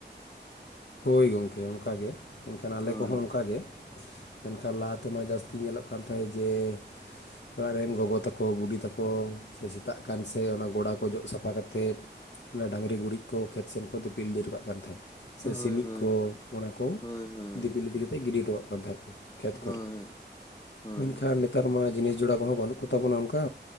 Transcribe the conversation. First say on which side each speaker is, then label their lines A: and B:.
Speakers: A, on the left; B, on the left.
A: ᱦᱳᱭ ᱜᱚᱝᱠᱮ ᱚᱱᱠᱟ ᱜᱮ ᱢᱮᱱᱠᱷᱟᱱ ᱟᱞᱮ
B: ᱦᱳᱭ
A: ᱠᱚᱦᱚᱸ ᱚᱱᱠᱟ ᱜᱮ ᱢᱮᱱᱠᱷᱟᱱ ᱞᱟᱦᱟ ᱛᱮᱢᱟ ᱡᱟᱹᱥᱛᱤ ᱧᱮᱞᱚᱜ ᱿ ᱠᱟᱱᱛᱟᱭ ᱡᱮ᱾ ᱚᱲᱟᱜ ᱨᱮᱱ ᱜᱚᱜᱚ ᱛᱟᱠᱚ ᱵᱩᱰᱤ ᱛᱟᱠᱚ ᱥᱮ ᱥᱮᱛᱟᱜ ᱠᱟᱱ ᱥᱮ ᱚᱱᱟ ᱜᱚᱲᱟ ᱠᱚ ᱡᱚᱜ ᱥᱟᱯᱷᱟ ᱠᱟᱛᱮᱫ ᱚᱱᱟ ᱰᱟᱹᱝᱨᱤ ᱜᱩᱨᱤᱡᱽ ᱠᱚ ᱠᱷᱮᱛ ᱥᱮᱱ ᱠᱚ ᱫᱤᱯᱤᱞ ᱤᱫᱤ ᱴᱚᱠᱟᱡ ᱠᱟᱱ ᱛᱟᱦᱮᱸᱫ᱾ ᱥᱮ
B: ᱦᱳᱭ
A: ᱥᱤᱢᱤᱡ
B: ᱦᱳᱭ
A: ᱠᱚ ᱚᱱᱟ ᱠᱚ
B: ᱦᱳᱭ ᱦᱳᱭ
A: ᱫᱤᱯᱤᱞ ᱤᱫᱤ ᱠᱟᱛᱮ ᱜᱤᱰᱤ ᱦᱚᱴᱚᱠᱟᱜ ᱠᱟᱱ ᱛᱟᱦᱮᱸᱫ ᱠᱚ ᱠᱷᱮᱛ
B: ᱦᱳᱭ
A: ᱠᱚᱨᱮ
B: ᱦᱳᱭ
A: ᱢᱮᱱᱠᱷᱟᱱ ᱱᱮᱛᱟᱨ ᱢᱟ ᱡᱤᱱᱤᱥ ᱡᱚᱲᱟ ᱠᱚᱦᱚᱸ ᱵᱟᱹᱱᱩᱜ ᱠᱚ ᱛᱟᱵᱚᱱᱟ ᱚᱱᱠᱟ